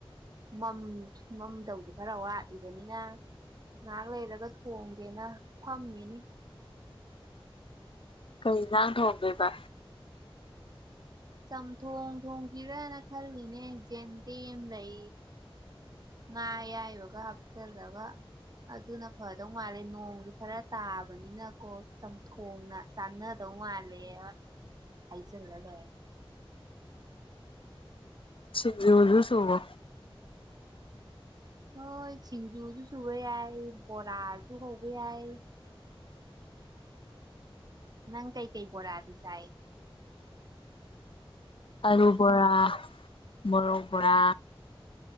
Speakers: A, on the right; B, on the left.
A: ꯝ ꯃꯝꯗꯧꯗꯤ ꯈꯔ ꯋꯥꯠꯂꯤꯕꯅꯤꯅ ꯉꯥꯏꯍꯥꯛ ꯂꯩꯔꯒ ꯊꯣꯡꯒꯦꯅ ꯐꯝꯃꯤꯅꯤ
B: ꯀꯩ ꯅꯥꯡ ꯊꯣꯡꯒꯦꯕ
A: ꯆꯝꯊꯣꯡ ꯊꯣꯡꯒꯤꯔꯅ ꯈꯜꯂꯤꯅꯦ ꯖꯦꯟꯗꯦꯝ ꯂꯩ ꯉꯥ ꯌꯥꯏꯕꯒ ꯍꯥꯞꯆꯤꯜꯂꯒ ꯑꯗꯨꯅ ꯐꯗꯧ ꯃꯥꯜꯂꯦ ꯅꯣꯡꯁꯨ ꯈꯔ ꯇꯥꯕꯅꯤꯅꯀꯣ ꯆꯝꯊꯣꯡꯅ ꯆꯥꯅꯗꯧ ꯃꯥꯜꯂꯦ ꯍꯥꯏꯖꯤꯜꯂ ꯂꯣꯏꯔꯦ
B: ꯁꯤꯖꯁꯨꯕꯣ
A: ꯍꯣꯏ ꯇꯁꯤꯡꯖꯨꯁꯨ ꯁꯕꯩ ꯌꯥꯏ ꯕꯣꯔꯥꯁꯨ ꯁꯕꯩ ꯌꯥꯏ ꯅꯪ ꯀꯩ ꯀꯩ ꯣꯣꯔꯗꯤ ꯁꯥꯥꯏ
B: ꯑꯔꯨꯕꯣꯔꯥ ꯃꯔ ꯄꯨꯔ